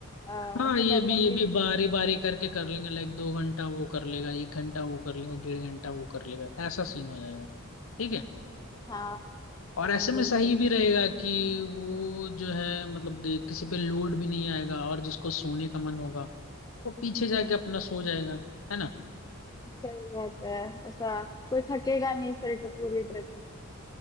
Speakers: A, on the left; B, on the left.
A: अ,
B: हाँ
A: ऐसे
B: ये
A: कर लेंगे
B: भी ये भी
A: कि
B: बारी बारी करके कर लेंगे लाइक दो घंटा वो कर लेगा एक घंटा वो कर लेगा डेढ़ घंटा वो कर लेगा ऐसा सीन हो जाएगा ठीक है
A: हाँ
B: और
A: हाँ
B: ऐसे में
A: बिल्कुल
B: सही भी रहेगा कि वो जो है मतलब कि किसी पे लोड भी नहीं आएगा और जिसको सोने का मन होगा वो पीछे जाके अपना सो जाएगा है ना
A: सही बात है ऐसा कोई थकेगा नहीं फिर तो पूरी ट्रिप में